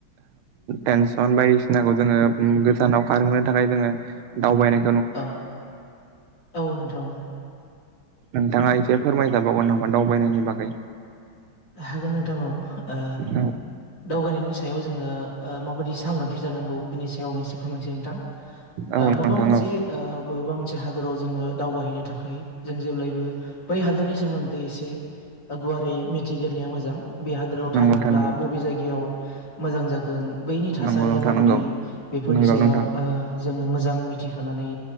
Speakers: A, on the right (about 80°); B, on the left (about 60°).
A: टेनसन बायदिसिनाखौ जोङो गोजानाव खारहोनो थाखाय जोङो दावबायनाय
B: औ - औ नोंथां
A: नोंथाङा एसे फोरमायजाबावगोन नामा दावबायनायनि बागै
B: हागोन नोंथां औ ओ
A: औ
B: दावबायनायनि सायाव जोङो माबायदि सांग्रांथि जानांगौ बिनि सायाव आं एसे फोरमायसै नोंथां
A: औ
B: ओ
A: नोंथां
B: माबा मोनसे
A: औ
B: ओ बबेबा मोनसे हादराव जोङो दावबायहैनो थाखाय जों जेब्लायबो बै हादोरनि सोमोन्दै एसे गुवारै मिथिग्रोनाया मोजां बे हादोराव
A: नंगौ
B: थाङोब्ला
A: नोंथां नंगौ
B: बबे जायगायाव मोजां जागोन बैनि थासारिया
A: नंगौ नोंथां
B: माबादि
A: नंगौ
B: बेफोरनि
A: नंगौ
B: सायाव
A: नोंथां
B: ओ जोङो मोजां मिथिखानानै